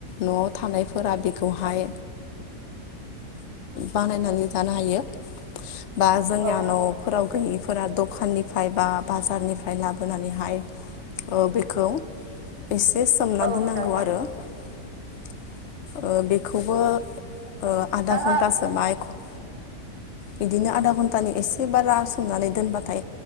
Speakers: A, on the left; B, on the right.
A: न'आव थानायफोरा बेखौहाय बानायनानै जानो हायो। बा जोंनिया
B: औ
A: न'फोराव गैयैफोरा दखाननिफ्राय बा बाजारनिफ्राय ओमफ्राय लाबोनानैहाय बेखौ एसे सोमना
B: औ
A: दोननांगौ
B: नोंथां
A: आरो <inaudible> ओ बेखौबो ओ आधा
B: ओहो
A: घन्टासो बा एक घन्टा बिदिनो आधा घन्टानि एसे बारा सोमनानै दोनबाथाय